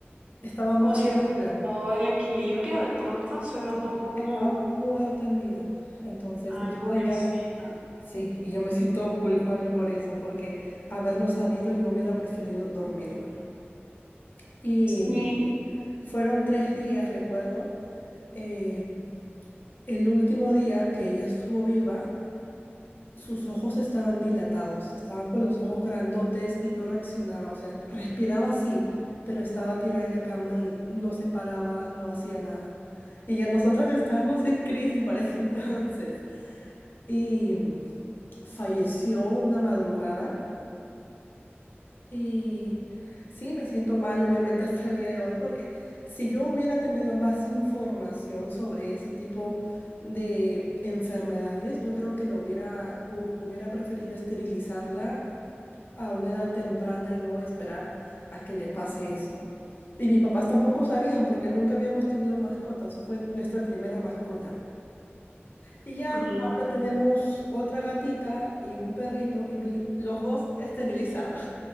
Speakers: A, on the left; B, on the right.
A: estaba muerta
B: Como si hubiera
A: en
B: perdido
A: vida,
B: el equilibrio, de pronto suena un poco
A: y
B: como...
A: estaba muerta en vida. Entonces,
B: Ay,
A: nosotros
B: pobrecita.
A: ya Sí, y yo me siento culpable por eso, porque haberlo sabido yo hubiera preferido dormirla. Y mm,
B: Sí.
A: fueron tres días, recuerdo. eh, el último día que ella estuvo viva, sus ojos estaban dilatados, estaba con los ojos grandotes y no reaccionaba, o sea, respiraba sí, pero estaba tirada en la cama y no se paraba, no hacía nada. Y ya nosotros <laughs> estábamos en crisis para ese <laughs> entonces. Y mm, falleció una madrugada Y sí, me siento mal, obviamente, <laughs> hasta el día de hoy, porque si yo hubiera tenido más información sobre ese tipo de enfermedades, yo creo que lo hubiera, hu- hubiera preferido esterilizarla a una edad temprana y no esperar a que le pase eso. Y mis papás tampoco sabían porque nunca habíamos tenido mascotas, fue nuestra primera mascota. Y ya,
B: Mm.
A: ahora tenemos otra gatita y un perrito y mi- los dos esterilizados.